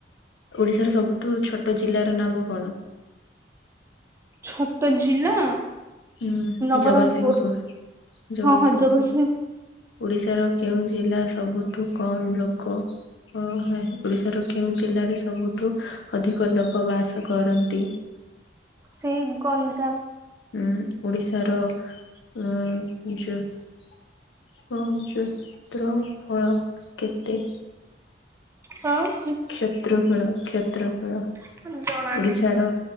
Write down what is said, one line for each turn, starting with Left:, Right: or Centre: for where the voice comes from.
Left: ଓଡିଶାର ସବୁଠୁ ଛୋଟ ଜିଲ୍ଲାର ନାମ କଣ?
Right: ଛୋଟ ଜିଲ୍ଲା
Left: ହଁ
Right: ନବରଙ୍ଗପୁର
Left: ଜଗତସିଂହପୁର ଜଗତସିଂହପୁର
Right: ହଁ ହଁ ଜଗତସିଂହ
Left: ଓଡିଶାର କେଉଁ ଜିଲ୍ଲା ସବୁଠୁ କମ୍ ଲୋକ ଓଡ଼ିଶାର କେଉଁ ଜିଲ୍ଲାରେ ସବୁଠୁ ଅଧିକ ଲୋକ ବାସ କରନ୍ତି?
Right: ସେଇ ଗଞ୍ଜାମ।
Left: ଉଁ ଓଡିଶାର ଉଁ ଯେ ଅଁ ଚତ୍ର ଫଳ କେତେ
Right: କଣ?
Left: କ୍ଷେତ୍ରଫଳ କ୍ଷେତ୍ରଫଳ
Right: ନାହିଁ ଜଣା
Left: ଓଡିଶାର
Right: ନାହିଁ